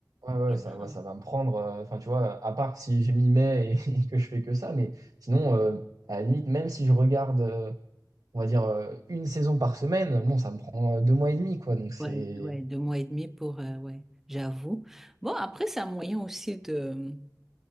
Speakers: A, on the right (about 60°); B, in the centre.
A: ouais, ouais,
B: Énorme.
A: ça va, ça va me prendre. euh, Enfin, tu vois, à part si je m'y mets et, <laughs> et que je fais que ça, mais sinon, euh, à la limite, même si je regarde, euh, on va dire, euh, une saison par semaine, bon, ça me prend euh, deux mois et demi, quoi. Donc, c'est.
B: Ouais, ouais, deux mois et demi pour... euh, ouais, j'avoue. Bon, après, c'est un moyen aussi de...